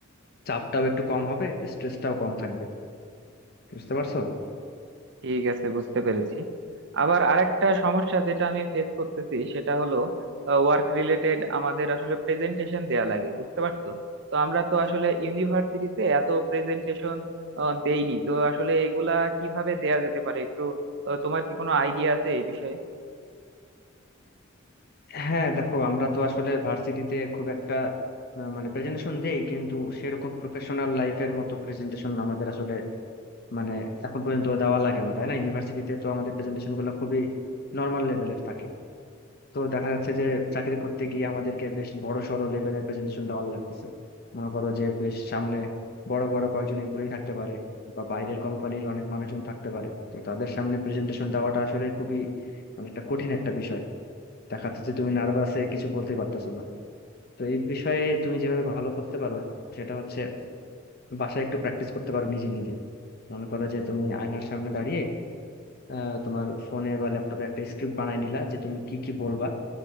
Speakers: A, on the left; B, on the right.
A: চাপটাও একটু কম হবে স্ট্রেসটাও কম থাকবে বুঝতে পারছো
B: ঠিক আছে বুঝতে পেরেছি আবার আরেকটা সমস্যা যেটা আমি ফেস করতেছি সেটা হলো ওয়ার্ক রিলেটেড আমাদের আসলে প্রেজেন্টেশন দেয়া লাগে বুঝতে পারছো তো আমরা তো আসলে ইউনিভার্সিটিতে এত প্রেজেন্টেশন দেইনি তো আসলে এগুলা কিভাবে দেয়া যেতে পারে একটু আহ, তোমার কি কোনো আইডিয়া আছে এই বিষয়ে
A: হ্যাঁ দেখো আমরা তো আসলে ভার্সিটিতে খুব একটা আহ, মানে প্রেজেন্টেশন দেই কিন্তু সেরকম প্রফেশনাল লাইফের মতো প্রেজেন্টেশন আমাদের আসলে মানে এখন পর্যন্ত দেওয়া লাগে না তাই না ইউনিভার্সিটিতে তো আমাদের প্রেজেন্টেশন গুলো খুবই নর্মাল লেভেলের থাকে তো দেখা যাচ্ছে যে চাকরি করতে গিয়ে আমাদেরকে বেশ বড় সড় লেভেলের প্রেজেন্টেশন দেওয়া লাগতেছে মনে করো যে বেশ সামনে বড় বড় কয়েকজন এমপ্লয়ি থাকতে পারে বা বাইরের কোম্পানির অনেক মানুষজন থাকতে পারে তো তাদের সামনে প্রেজেন্টেশন দেওয়াটা আসলে খুবই মানে একটা কঠিন একটা বিষয় দেখা যাচ্ছে যে তুমি নার্ভাসে কিছু বলতে পারতেছো না তো এই বিষয়ে তুমি যেভাবে ভালো করতে পারো সেটা হচ্ছে বাসায় একটু প্র্যাকটিস করতে পারো নিজে নিজে মনে করো যে তুমি আয়নার সামনে দাঁড়িয়ে আহ, তোমার ফোনে বা ল্যাপটপে একটা স্ক্রিপ্ট বানাই নিলা যে তুমি কি কি বলবা